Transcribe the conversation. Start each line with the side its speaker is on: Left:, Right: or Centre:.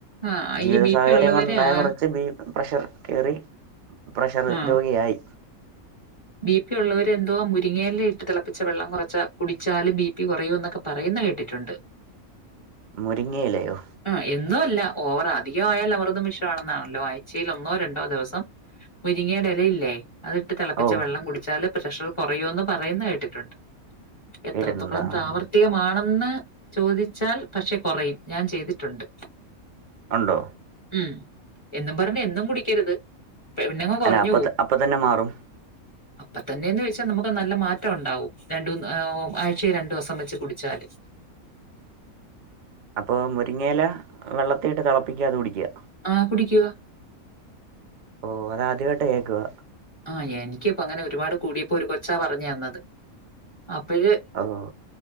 Left: ആഹ്
Right: ജീവിത
Left: ഈ ബി
Right: സാഹചര്യം
Left: പി ഉള്ളവര്
Right: ഉണ്ടായ
Left: ആഹ്
Right: കുറച്ച് ബി പ്രഷർ കേറി പ്രഷർ
Left: ആഹ്
Right: രോഗിയായി
Left: ബി പി ഉള്ളവരെ എന്തോ മുരിങ്ങേയില ഇട്ട് തിളപ്പിച്ച വെള്ളം കൊറച്ച കുടിച്ചാല് ബി പി കുറയൂ എന്നൊക്കെ പറയുന്ന കേട്ടിട്ടുണ്ട്
Right: മുരിങ്ങയിലയോ
Left: ആഹ് എന്നു അല്ല. ഓവറാ അധികം ആയാൽ അമൃതം വിഷവാണെന്നാണല്ലോ ആഴ്ചയിൽ ഒന്നോ രണ്ടോ ദിവസം മുരിങ്ങിയയുടെ എല ഇല്ലെ അത് ഇട്ട് തള പ്പിച്ച
Right: ഓ
Left: വെള്ളം കുടിച്ചാല് പ്രഷർ കൊറയോന്ന് പറയുന്ന കേട്ടിട്ടുണ്ട്. എത്രത്തോളം
Right: കേട്ടിട്ടുണ്ടോ
Left: പ്രാവർ
Right: ആ
Left: തികമാണെന്ന് ചോദിച്ചാൽ പക്ഷെ കൊറയും. ഞാൻ ചെയ്തിട്ടുണ്ട്
Right: അണ്ടോ
Left: ഉം എന്നും പറഞ് എന്നും കുടിക്കരുത് പിന്നങ്ങ് കുറഞ്ഞു
Right: അല്ല അപ്പത
Left: പോവും.
Right: അപ്പ തന്നെ മാറും
Left: അപ്പ തന്നേന്നോയ്ച്ചാ നമുക്ക് നല്ല മാറ്റോ ഇണ്ടാവും. രണ്ടൂ ആയ്ചെ രണ്ടോസം വെച്ച് കുടിച്ചാല്
Right: അപ്പൊ മുരിങ്ങേല വെള്ളത്തിട്ട് തെളപ്പിക്കാതെ കുടിക്ക്യ
Left: ആഹ് കുടിക്കുവ
Right: ഓ അതാത്യായ്ട്ട് കേക്ക്വ
Left: ആഹ് എൻക്കിപ്പോ അങ്ങനെ ഒരുപാട് കൂടിയപ്പോരു കൊച്ചാ പറഞ്ഞെന്നത് അപ്പയ്
Right: ആഹ്